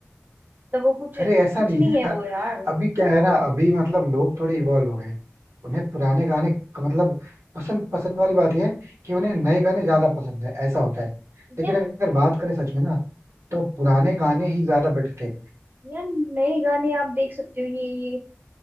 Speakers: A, on the right; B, on the right.
A: मतलब वो कुछ कुछ
B: अरे ऐसा नहीं
A: नहीं
B: है
A: है
B: यार
A: वो यार
B: अभी क्या है ना अभी मतलब लोग थोड़े इवॉल्व हो गए हैं। उन्हें पुराने गाने क- मतलब पसंद पसंद वाली बात यह है कि उन्हें नए गाने ज्यादा पसंद है ऐसा होता है लेकिन
A: यार
B: अगर बात करें सच में ना तो पुराने गाने ही ज्यादा बेटर थे
A: यार नए गाने आप देख सकते हो ये ये